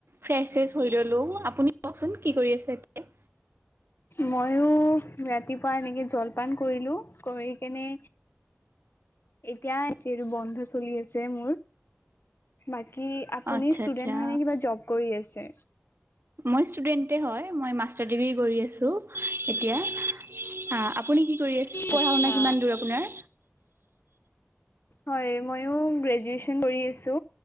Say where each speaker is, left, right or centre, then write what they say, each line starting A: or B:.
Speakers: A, on the right; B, on the left.
A: ফ্ৰেচ চেচ হৈ ৰলো আপুনি কওকচোন। কি কৰি আছে এতিয়া?
B: ময়ো ৰাতিপুৱা এনেকে জলপান কৰিলো কৰি কেনে এতিয়া এইটো বন্ধ চলি আছে মোৰ বাকী কি আপুনি
A: আচ্ছা
B: ষ্টুডেন্ট
A: আচ্ছা
B: হয় নে কিবা জব কৰি আছে?
A: মই ষ্টুডেণ্টে হয় মই মাষ্টাৰ ডিগ্ৰী কৰি আছোঁ এতিয়া। অ' আপুনি কি কৰি আছে পঢ়া
B: আচ্ছা
A: শুনা কিমান দূৰ আপোনাৰ?
B: হয় মইয়ো গ্ৰেজুৱেচন কৰি আছো